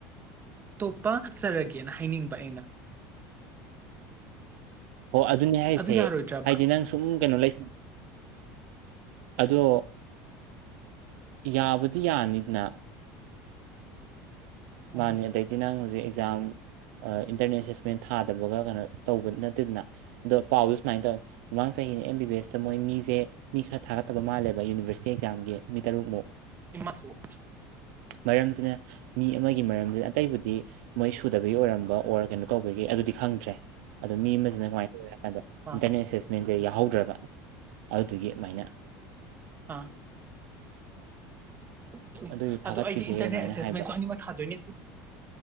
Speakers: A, on the right; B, on the right.
A: ꯇꯣꯞꯄ ꯆꯠꯆꯔꯒꯦꯅ ꯍꯥꯏꯅꯤꯡꯕ ꯑꯩꯅ
B: ꯑꯣ ꯑꯗꯨꯅꯦ ꯍꯥꯏꯁꯦ
A: ꯑꯗꯨ ꯌꯥꯔꯣꯏꯗ꯭ꯔꯕ
B: ꯍꯥꯏꯗꯤ ꯅꯪ ꯁꯨꯝ ꯀꯩꯅꯣ ꯂꯩ ꯑꯗꯣ ꯌꯥꯕꯨꯗꯤ ꯌꯥꯅꯤꯗꯅ
A: ꯑꯦꯛꯖꯥꯝ
B: ꯃꯥꯅꯦ ꯑꯗꯩꯗꯤ ꯅꯪ ꯍꯧꯖꯤꯛ ꯑꯦꯛꯖꯥꯝ ꯏꯟꯇꯔꯅꯦꯠ ꯑꯦꯁꯦꯁꯃꯦꯟ ꯊꯥꯗꯕꯒ ꯀꯩꯅꯣ ꯇꯧꯕ ꯅꯠꯇꯦꯗꯅ ꯑꯗꯣ ꯄꯥꯎꯁꯨ ꯁꯨꯃꯥꯏꯅ ꯇꯧꯋ ꯃꯃꯥꯡ ꯆꯍꯤ ꯑꯩꯒꯤꯩꯅ ꯑꯦꯝ ꯕꯤ ꯕꯤ ꯑꯦꯁꯇ ꯃꯣꯏ ꯃꯤꯁꯦ ꯃꯤ ꯈꯔ ꯊꯥꯒꯠꯇꯕ ꯃꯥꯜꯂꯦꯕ ꯌꯨꯅꯤꯚꯔꯁꯤꯇꯤ ꯑꯦꯛꯖꯥꯝꯒꯤ ꯇꯔꯨꯛꯃꯨꯛ
A: ꯁꯨ
B: ꯃꯔꯝꯁꯤꯅ ꯃꯤ ꯑꯃꯒꯤ ꯒꯤ ꯃꯔꯝꯁꯤꯅ ꯑꯇꯩꯕꯨꯗꯤ ꯃꯣꯏ ꯁꯨꯗꯕꯒꯤ ꯑꯣꯏꯔꯝꯕ ꯑꯣꯔ ꯀꯩꯅꯣ ꯀꯧꯕꯒꯤ ꯑꯗꯨꯗꯤ ꯈꯪꯗ꯭ꯔꯦ ꯑꯗꯣ ꯃꯤ ꯑꯃꯁꯤꯅ ꯀꯃꯥꯏꯅ ꯇꯧꯋꯦ ꯗ
A: ꯑꯥ
B: ꯏꯟꯇꯔꯅꯦꯠ ꯑꯦꯁꯦꯁꯃꯦꯟꯁꯦ ꯌꯥꯎꯍꯧꯗ꯭ꯔꯕ ꯑꯗꯨꯗꯨꯒꯤ ꯑꯗꯨꯃꯥꯏꯅ
A: ꯑꯥ ꯑꯣ
B: ꯑꯗꯨꯒꯤ ꯊꯥꯒꯠꯄꯤꯗꯦ
A: ꯑꯗꯣ ꯑꯩꯗꯤ ꯏꯟꯇꯔꯅꯦꯠ
B: ꯑꯗꯨꯃꯥꯏꯅ
A: ꯑꯦꯁꯦꯁꯃꯦꯟꯇꯣ
B: ꯍꯥꯏꯕ
A: ꯑꯅꯤꯃꯛ ꯊꯥꯗꯣꯏꯅꯦ